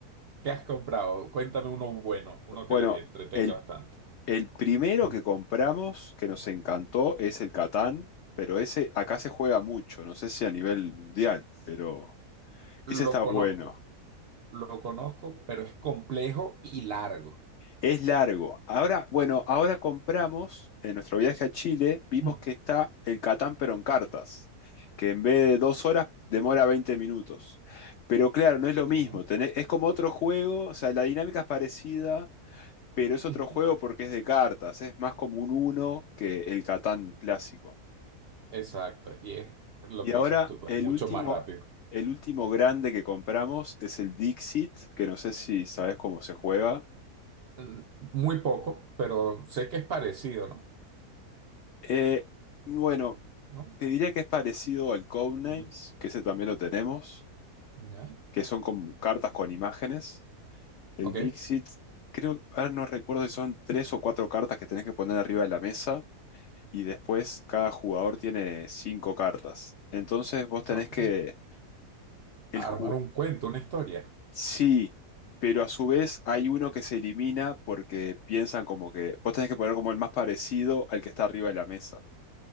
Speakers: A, on the right; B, on the left.
A: ¿Qué has comprado? Cuéntame uno bueno, uno
B: Bueno,
A: que les entretenga
B: el
A: bastante.
B: El primero
A: Mm.
B: que compramos que nos encantó es el Catán, pero ese acá se juega mucho, no sé si a nivel mundial, pero ese
A: Lo
B: está
A: conozco,
B: bueno.
A: lo conozco, pero es complejo y largo.
B: Es largo. Ahora, bueno, ahora compramos, en nuestro viaje a Chile, vimos
A: Mm.
B: que está el Catán pero en cartas, que en vez de dos horas demora 20 minutos. Pero claro, no es lo
A: ¿Ya?
B: mismo, tenés- es como otro juego, o sea, la dinámica es parecida, pero es
A: Ujú.
B: otro juego porque es de cartas, es más como un uno que el Catán clásico.
A: Exacto, y es lo
B: Y
A: que
B: ahora
A: dices tú, pues
B: el
A: mucho
B: último,
A: más rápido.
B: el último grande que compramos es el Dixit, que no sé si sabes cómo se juega.
A: Mm, Muy poco, pero sé que es parecido, ¿no?
B: Eh, bueno,
A: ¿No?
B: te diría que es parecido al Codenames,
A: Ujú.
B: que ese también lo tenemos,
A: ¿Ya?
B: que son como cartas con imágenes. El
A: Ok,
B: Dixit, creo, ahora no recuerdo si son tres o cuatro cartas que tenés que poner arriba de la mesa y después cada jugador tiene cinco cartas. Entonces vos tenés
A: ok.
B: que... El,
A: Armar
B: ju-
A: un cuento, una historia.
B: Sí, pero a su vez hay uno que se elimina porque piensan como que vos tenés que poner como el más parecido al que está arriba de la mesa